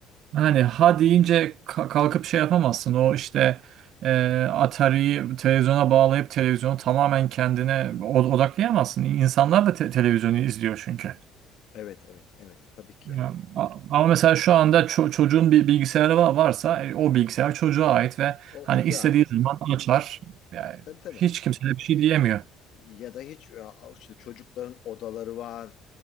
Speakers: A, on the right; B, on the left.
A: hani ha deyince ka- kalkıp şey yapamazsın o işte e, Atari'yi televizyona bağlayıp televizyonu tamamen kendine
B: Hı hı.
A: od- odaklayamazsın. İnsanlar da te- televizyonu izliyor çünkü.
B: Evet, evet, evet. Tabii ki yani.
A: Ya, a- Ama mesela şu anda ço- çocuğun bir bilgisayarı va- varsa e, o bilgisayar çocuğa ait ve
B: O
A: hani
B: çocuğa
A: istediği
B: ait.
A: zaman açar. Yani
B: Tabii tabii.
A: hiç kimse de bir şey diyemiyor.
B: Ya da hiç ya işte çocukların odaları var.